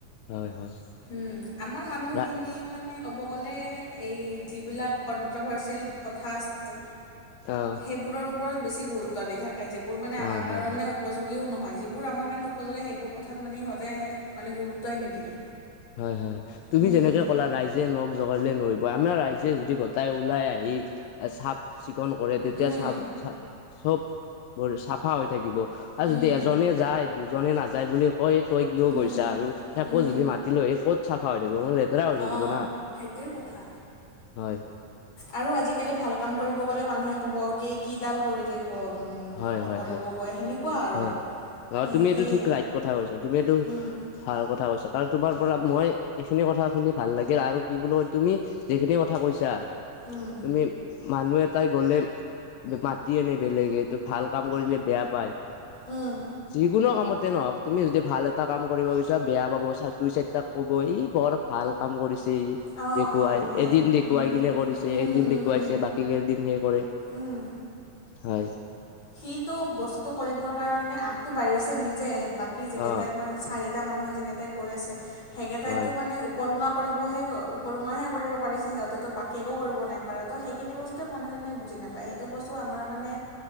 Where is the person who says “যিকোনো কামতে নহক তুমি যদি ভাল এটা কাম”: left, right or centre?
Left